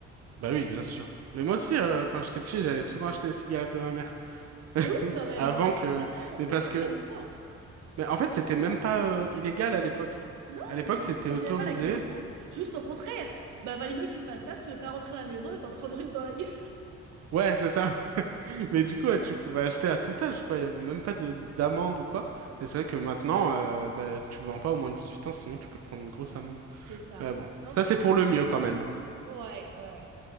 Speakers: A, on the right; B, on the right.
A: Bah oui, bien sûr. Mais moi aussi, euh, quand j'étais petit, j'allais souvent acheter des cigarettes de ma mère.
B: C'était
A: <laughs>
B: ouf quand même,
A: Avant
B: hein.
A: que...
B: Maintenant, ça serait
A: Mais parce
B: totalement
A: que...
B: mort.
A: Mais en fait, c'était même pas euh, illégal à l'époque.
B: Non,
A: À l'époque,
B: mais
A: c'était
B: il ne se posait
A: autorisé.
B: pas la question. Juste au contraire. Bah, valait mieux que tu fasses ça si tu ne voulais pas rentrer à la maison et t'en prendre une dans la gueule.
A: Ouais, c'est ça. Mais du coup, ouais, tu pouvais acheter à tout âge, quoi. Il y avait même pas de d'amende ou quoi. Et c'est vrai que maintenant, euh, bah, tu vends pas au moins de dix huit ans, sinon tu peux te prendre une grosse amende.
B: <laughs> C'est ça.
A: Ouais, bon.
B: Non,
A: Ça,
B: c'est.
A: c'est pour le mieux quand même.
B: Ouais, ouais, ouais.